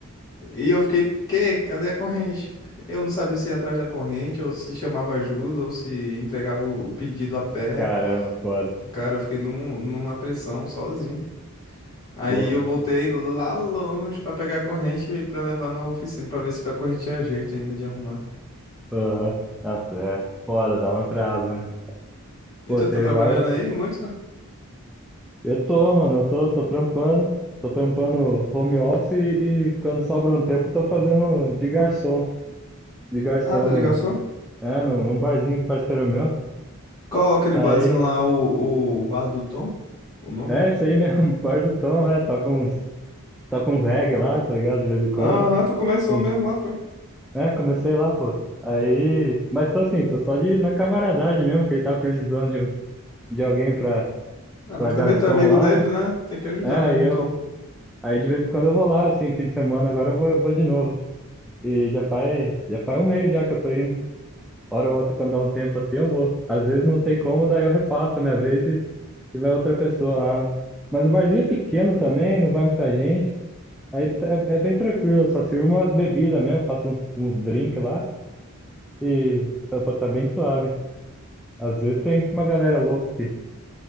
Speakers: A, on the left; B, in the centre.
A: E eu fiquei, quê? Cadê a corrente? Eu não sabia se ia atrás da corrente, ou se chamava ajuda, ou se entregava o o pedido a pé.
B: caramba, foda.
A: Cara, eu fiquei num, numa pressão sozinho. Aí
B: Pô,
A: eu voltei lá longe pra pegar a corrente e pra levar na oficina pra ver se a corrente tinha jeito ainda de arrumar.
B: aham. Nossa, é foda, dá um atraso, né? Pô,
A: E tu
B: tem
A: tá trabalhando
B: várias.
A: aí muito?
B: Eu tô, mano, eu tô, tô trampando. Tô trampando home office e, e quando sobra um tempo, eu tô fazendo de garçom. De garçom
A: Ah, tá
B: num,
A: de garçom?
B: é, num, num barzinho do parceiro meu.
A: Qual aquele
B: Aí,
A: barzinho lá, o, o Bar do Tom? O nome?
B: é isso aí mesmo, <laughs> bar do Tom, é. Toca uns, toca uns reggae lá, tá ligado? De vez em quando.
A: Aham, tu começou
B: Uns
A: mesmo lá, foi.
B: É, comecei lá, pô. Aí, mas tô assim, tô só de na camaradagem mesmo, que ele tá precisando de, um, de alguém pra,
A: Ah,
B: pra
A: mas
B: garçom
A: também tu é amigo
B: lá,
A: dele,
B: né?
A: né? Tem que ajudar
B: É, aí
A: mesmo,
B: eu,
A: Tom.
B: aí de vez em quando eu vou lá, assim, fim de semana, agora eu vou, eu vou de novo. E já faz, já faz um mês já que eu tô indo. Hora ou outra, quando dá um tempo assim, eu vou. Às vezes não tem como, daí eu repasso a minha vez e, e vai outra pessoa lá, né? Mas o barzinho é pequeno também, não vai muita gente. Aí é, é bem tranquilo, só sirvo umas bebidas mesmo, faço uns, uns drinks lá e tá, tá bem suave. Às vezes tem uma galera louca que,